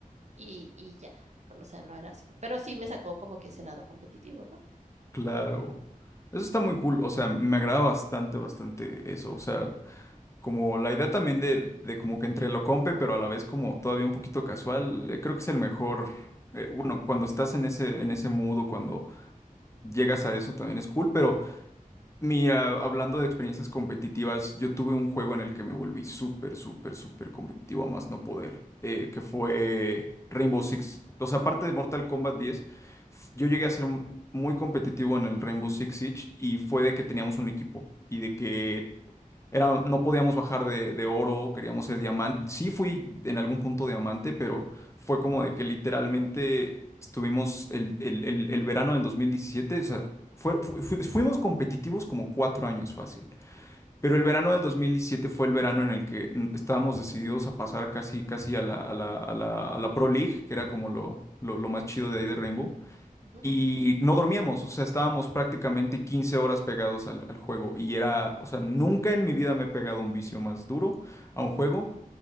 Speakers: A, on the right (about 50°); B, on the left (about 20°).
A: Y, y ya, o sea, no era así. Pero sí me sacó como que ese lado competitivo, ¿no?
B: Claro. Eso está muy cool, o sea, me agrada bastante, bastante eso, o sea, como la idea también de, de como que entre lo compe, pero a la vez como todavía un poquito casual, eh, creo que es el mejor, eh, bueno, cuando estás en ese, en ese mood o cuando llegas a eso también es cool, pero Mira, hablando de experiencias competitivas, yo tuve un juego en el que me volví súper, súper, súper competitivo a más no poder, eh, que fue Rainbow Six. O sea, aparte de Mortal Kombat 10, f- yo llegué a ser m- muy competitivo en el Rainbow Six Siege y fue de que teníamos un equipo y de que era, no podíamos bajar de, de oro, queríamos ser diamante. Sí fui en algún punto diamante, pero fue como de que literalmente estuvimos el, el- el- el verano del 2017, o sea, fue- fu- fu- fuimos competitivos como cuatro años fácil. Pero el verano del 2017 fue el verano en el que mm, estábamos decididos a pasar casi, casi a la, a la, a la, a la Pro League, que era como lo, lo, lo más chido de ahí de Rainbow.
A: Ujú,
B: Y no dormíamos, o sea, estábamos prácticamente 15 horas pegados al, al juego. Y era, o sea, nunca en mi vida me he pegado un vicio más duro a un juego,